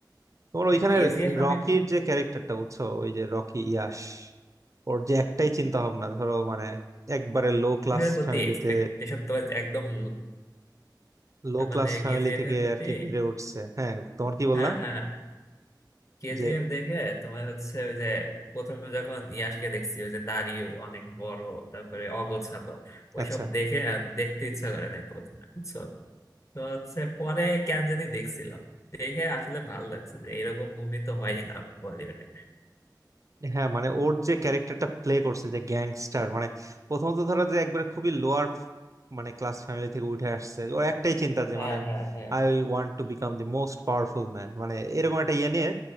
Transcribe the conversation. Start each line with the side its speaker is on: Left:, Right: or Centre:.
Right: তোমার
Left: না
Right: ওইখানে
Left: কেজিএফ
Right: রকির
Left: আমি
Right: যে ক্যারেক্টারটা বুঝছো ওই যে রকি ইয়াশ ওর যে একটাই চিন্তা ভাবনা ধরো মানে একবারে লো ক্লাস
Left: এর প্রতি
Right: ফ্যামিলিতে
Left: এক্সপেকটেশন তো একদম লো-
Right: লো ক্লাস
Left: মানে
Right: ফ্যামিলি
Left: কেজিএফ
Right: থেকে
Left: এর প্রতি
Right: আর কি বেড়ে উঠছে হ্যাঁ তোমার কি বললা
Left: হ্যাঁ হ্যাঁ হ্যাঁ। কেজিএফ
Right: যে
Left: দেখে তোমার হচ্ছে ওই যে প্রথমে যখন ইয়াসকে দেখছি ওই যে দাড়ি অনেক বড় তারপরে অগোছালো ওইসব
Right: আচ্ছা
Left: দেখে আর দেখতে ইচ্ছা করে নাই প্রথমে বুঝছো তো হচ্ছে পরে কেন জানি দেখছিলাম দেখে আসলে ভালো লাগছে যে এরকম মুভি তো হয়ই না বলিউডে
Right: হ্যাঁ মানে ওর যে ক্যারেক্টারটা প্লে করছে যে গ্যাংস্টার মানে প্রথমত ধরো যে একবারে খুবই লোয়ার মানে ক্লাস ফ্যামিলি থেকে উঠে আসছে ওর একটাই চিন্তা যে
Left: হ্যাঁ
Right: মানে
Left: হ্যাঁ হ্যাঁ
Right: I want to become the most powerful man মানে এরকম একটা ইয়ে নিয়ে